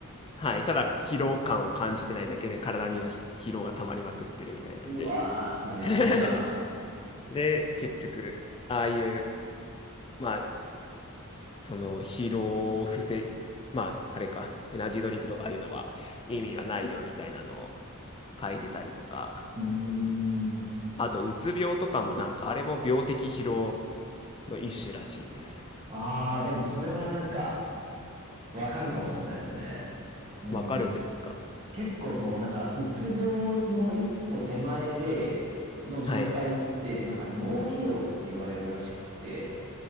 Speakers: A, on the left (about 25°); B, on the right (about 30°).
A: はい。ただ、疲労感を感じてないだけで、体にはひ疲労が溜まりまくってるみたいなんで。
B: うわー、それやばいな。
A: <laughs> で、結局、ああいう、まあ、その疲労を防い、まあ、あれか、エナジードリンクとかああいうのは意味がないよみたいなのを書いてたりとか、
B: うーん。
A: あと、うつ病とかもなんか、あれも病的疲労の一種らしいですっ
B: ああ、
A: てい
B: でもそれはなんか、わかるかもしれないですね。うん。
A: う。わかるんですか
B: 結構そのなんか、うつ病の一歩手前での状態って、
A: はい。
B: なんか脳疲労って言われるらしくって、